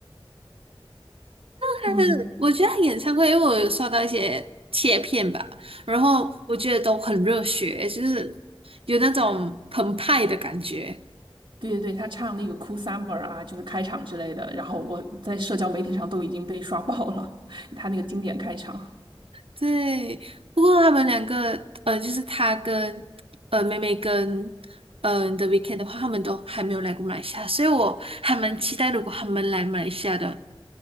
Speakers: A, on the right (about 80°); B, on the right (about 65°).
A: 他的，
B: <laughs> 嗯，
A: 我觉得他演唱会，因为我有刷到一些切片吧，然后我觉得都很热血，就是有那种澎湃的感觉。
B: 对对对，他唱那个《Cool Summer》啊，就是开场之类的，然后我在社交媒体上都已经被刷爆了，<laughs> 他那个经典开场。
A: 对，不过他们两个，呃，就是他跟呃妹妹跟呃 The Weeknd 的话，他们都还没有来过马来西亚，所以我还蛮期待如果他们来马来西亚的